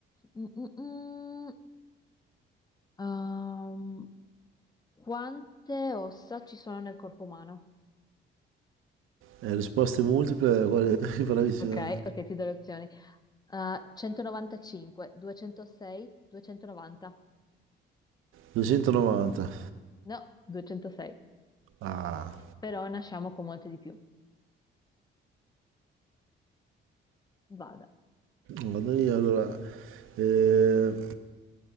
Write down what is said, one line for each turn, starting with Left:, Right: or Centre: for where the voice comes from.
Left: Mm, mm, mm. Ehm, quante ossa ci sono nel corpo umano?
Right: Eh, risposte multiple, quale- <laughs> bravissima.
Left: Ok, ok, ti do le opzioni. Uh, 195, 206, 290.
Right: 290.
Left: No, 206.
Right: Ah,
Left: Però nasciamo con molte di più. Vada.
Right: vado io allora. Eh,